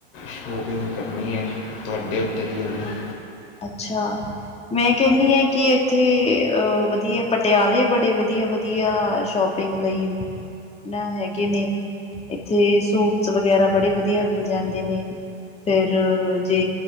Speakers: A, on the left (about 40°); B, on the left (about 20°).
A: ਸ਼ੋਪਿੰਗ ਕਰਨੀ ਹੈ। ਤੁਹਾਡੇ ਉੱਧਰ ਹੀ ਹੋ ਜਵੇ।
B: ਅੱਛਾ। ਮੈਂ ਕਹਿੰਦੀ ਹਾਂ ਕਿ ਇੱਥੇ ਅ ਵਧੀਆ ਪਟਿਆਲੇ ਬੜੇ ਵਧੀਆ ਵਧੀਆ ਸ਼ੋਪ। ਪਿੰਨ ਲਈ। ਨਾ ਹੈਗੇ ਨੇ ਇੱਥੇ ਸੂਟਸ ਵਗੈਰਾ ਬੜੇ ਵਧੀਆ ਮਿਲ ਜਾਂਦੇ ਨੇ। ਫਿਰ ਜੇ